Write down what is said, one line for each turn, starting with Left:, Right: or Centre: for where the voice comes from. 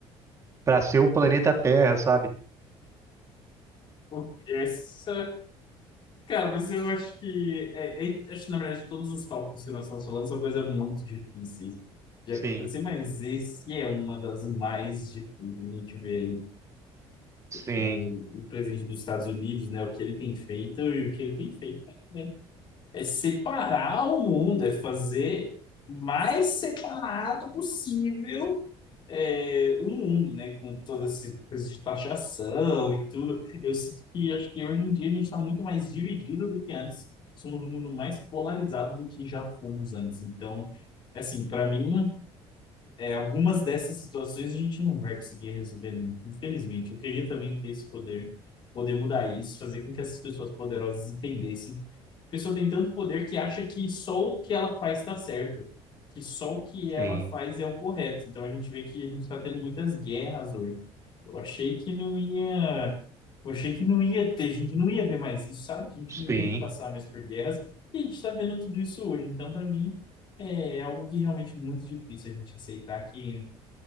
Right: para ser o planeta Terra, sabe?
Left: O- Essa. Cara, mas eu acho que. É, é- acho que, na verdade, todos os tópicos que nós estamos falando são coisas muito difíceis de
Right: Sim,
Left: acontecer, mas esse é uma das mais difíceis. A gente vê aí
Right: sim,
Left: o, o presidente dos Estados Unidos, né? O que ele tem feito e o que ele tem feito é, é separar o mundo, é fazer mais separado possível é, o mundo, né? Com todas essas coisas de taxação e tudo. Eu sinto que acho que hoje em dia a gente está muito mais dividido do que antes. Somos um mundo mais polarizado do que já fomos antes. Então, assim, para mim é, algumas dessas situações a gente não vai conseguir resolver, infelizmente. Eu queria também ter esse poder, poder mudar isso, fazer com que essas pessoas poderosas entendessem. A pessoa tem tanto poder que acha que só o que ela faz está certo, que só o que ela
Right: sim,
Left: faz é o correto. Então a gente vê que a gente está tendo muitas guerras hoje. Eu achei que não ia, eu achei que não ia ter, a gente não ia ver mais isso, sabe? Que a gente
Right: sim,
Left: não ia passar mais por guerras. E a gente está vendo tudo isso hoje. Então, para mim é, é algo que realmente é muito difícil a gente aceitar que